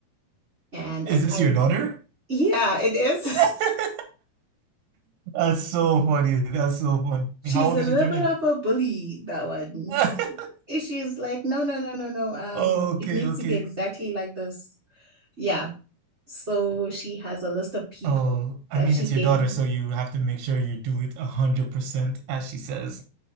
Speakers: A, on the right; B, on the right.
A: And
B: Is
A: apparently,
B: this your daughter?
A: yeah, it is.
B: <laughs> That's so funny. That's so funny.
A: <laughs> She's
B: How old
A: a
B: is
A: little
B: she turning?
A: bit of a bully, that one.
B: <laughs>
A: And She's like, no, no, no, no, no. Um,
B: Okay,
A: it needs
B: okay.
A: to be exactly like this. Yeah. So she has a list of people
B: Oh, I
A: that
B: mean,
A: she
B: it's
A: gave
B: your daughter,
A: me.
B: so you have to make sure you do it a hundred percent, as she says.